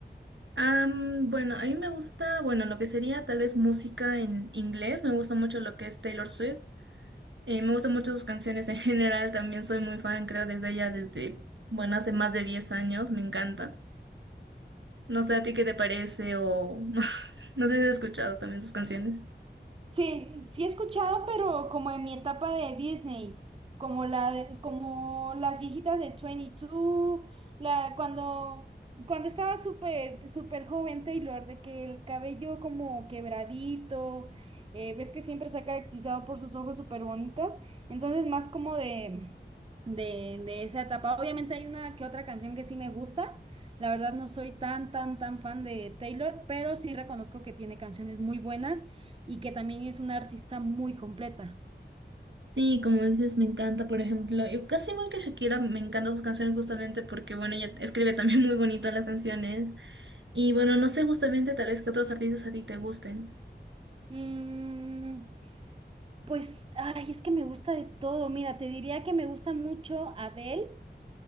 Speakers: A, on the right (about 80°); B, on the right (about 30°).
A: Am, bueno, a mí me gusta, bueno, lo que sería tal vez música en inglés, me gusta mucho lo que es Taylor Swift, eh, me gustan mucho sus canciones en <laughs> general, también soy muy fan, creo, desde allá, desde, bueno, hace más de 10 años, me encanta. No sé a ti qué te parece o <laughs> no sé si has escuchado también sus canciones.
B: Sí, sí he escuchado, pero como en mi etapa de Disney, como la de- como las viejitas de 22, la cuando cuando estaba súper súper joven Taylor, de que el cabello como quebradito, eh, ves que siempre se ha caracterizado por sus ojos súper bonitas, entonces más como de de de esa etapa. Obviamente hay una que otra canción que sí me gusta. La verdad no soy tan tan tan fan de Taylor, pero sí reconozco que tiene canciones muy buenas y que también es una artista muy completa.
A: Sí, como dices, me encanta, por ejemplo, y casi igual que Shakira, me encantan sus canciones justamente porque, bueno, ella escribe también <laughs> muy bonito las canciones. Y bueno, no sé justamente tal vez qué otros artistas a ti te gusten.
B: Mm, pues, ay, es que me gusta de todo. Mira, te diría que me gusta mucho Adele.